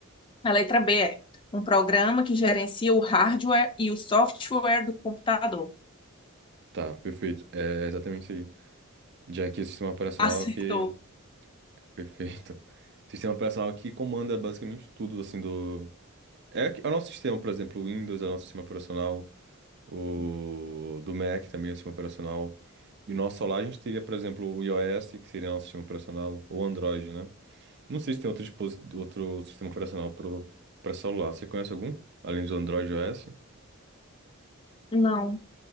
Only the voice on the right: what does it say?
Tá, perfeito. É exatamente isso aí. Já que o sistema operacional
é que. <laughs> Perfeito. Sistema operacional que comanda basicamente tudo, assim, do. É, que- é o nosso sistema, por exemplo, o Windows é o nosso sistema operacional, o do Mac também é o sistema operacional. E o nosso celular a gente teria, por exemplo, o iOS, que seria nosso sistema operacional, ou Android, né? Não sei se tem outro, dispos... outro sistema operacional pro... pra celular. Você conhece algum? Além do Android e iOS?